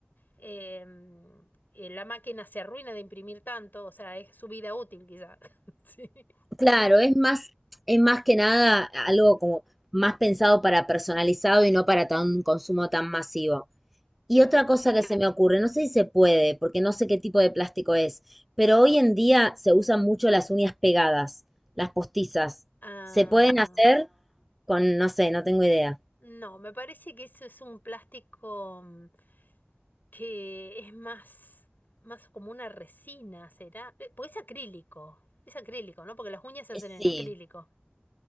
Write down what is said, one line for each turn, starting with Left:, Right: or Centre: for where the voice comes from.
Left: em, eh, la máquina se arruina de imprimir tanto, o sea, es su vida útil quizá. <laughs> Sí,
Centre: Claro, es más, es más que nada algo como más pensado para personalizado y no para tan- un consumo tan masivo. Y
Left: claro.
Centre: otra cosa que se me ocurre, no sé si se puede, porque no sé qué tipo de plástico es, pero hoy en día se usan mucho las uñas pegadas, las postizas.
Left: Ah,
Centre: ¿Se pueden hacer con, no sé, no tengo idea?
Left: No, me parece que eso es un plástico mm, que es más, más como una resina, ¿será? Eh, Porque es acrílico, es acrílico, ¿no? Porque las uñas se
Centre: Eh,
Left: hacen
Centre: Sí,
Left: en acrílico.